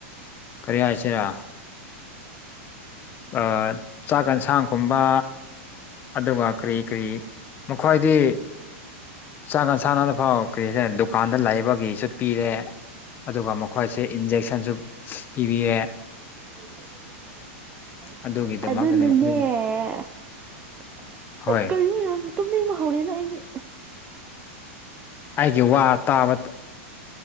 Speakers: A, on the left; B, on the right.
A: ꯀꯔꯤ ꯍꯥꯏꯁꯤꯔꯥ ꯑꯥ ꯆꯥꯛ ꯌꯦꯟꯁꯥꯡꯒꯨꯝꯕ ꯑꯗꯨꯒ ꯀꯔꯤ ꯀꯔꯤ ꯃꯈꯣꯏꯗꯤ ꯆꯥꯀꯥꯟ ꯁꯥꯟꯅꯕꯅ ꯐꯥꯎ ꯀꯔꯤ ꯗꯨꯀꯥꯟꯗ ꯂꯩꯕꯒꯤꯁꯨ ꯄꯤꯔꯦ ꯑꯗꯨꯒ ꯃꯈꯣꯏꯁꯦ ꯏꯟꯖꯦꯛꯁꯟꯁꯨ ꯄꯤꯕꯤꯔꯦ
B: <unintelligible>
A: ꯑꯗꯨꯒꯤꯗꯃꯛꯇꯅꯤ
B: ꯑꯗꯨꯅꯅꯦ
A: ꯃꯈꯣꯏ
B: <unintelligible>
A: ꯍꯣꯏ
B: ꯑꯁ ꯀꯩꯅꯣ ꯌꯥꯝ ꯇꯨꯝꯅꯤꯡꯕ ꯍꯧꯔꯦꯅ ꯑꯩꯗꯤ
A: ꯑꯩꯒꯤ ꯋꯥ ꯇꯥꯕꯇ